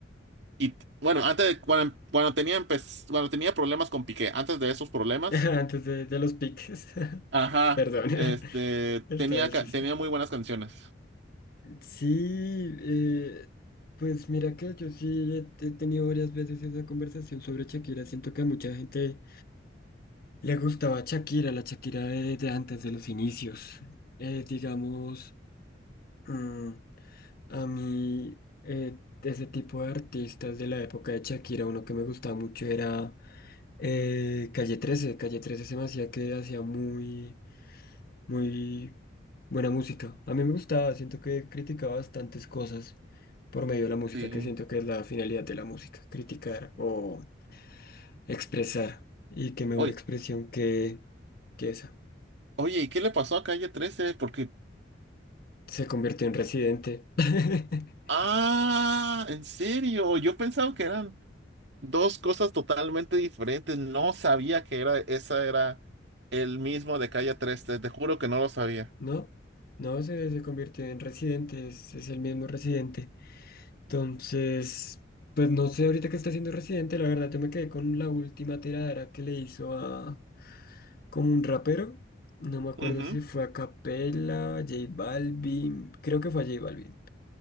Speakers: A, on the right; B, on the left.
A: y, bueno, antes de, cuando, cuando tenía, empe- cuando tenía problemas con Piqué, antes de esos problemas.
B: <laughs> antes de, de los piques. <laughs>
A: Ajá,
B: Perdón,
A: este,
B: <laughs> estaba
A: tenía,
B: el
A: ca-
B: chiste.
A: tenía muy buenas canciones.
B: Sí, eh, pues mira que yo sí he he tenido varias veces esa conversación sobre Shakira. Siento que a mucha gente Le gustaba Shakira, la Shakira de, de antes de los inicios. Eh, digamos, mm, a mí, eh, de ese tipo de artistas de la época de Shakira, uno que me gustaba mucho era eh, Calle trece Calle trece se me hacía que hacía muy, muy buena música. A mí me gustaba, siento que criticaba bastantes cosas por medio de la música,
A: Sí.
B: que siento que es la finalidad de la música, criticar o expresar. Y qué mejor
A: Oye,
B: expresión que, que esa.
A: oye, ¿y qué le pasó a Calle trece Porque,
B: se convirtió en residente. <laughs>
A: ah, en serio, yo pensaba que eran dos cosas totalmente diferentes. No sabía que era, esa era el mismo de Calle trece te juro que no lo sabía.
B: ¿No? No, se, se convirtió en residente, es, es el mismo residente. Entonces, pues no sé ahorita qué está haciendo residente, la verdad yo me quedé con la última tiradera que le hizo a como un rapero. No me acuerdo
A: Ujú.
B: si fue a Capela, J Balvin, creo que fue a J Balvin.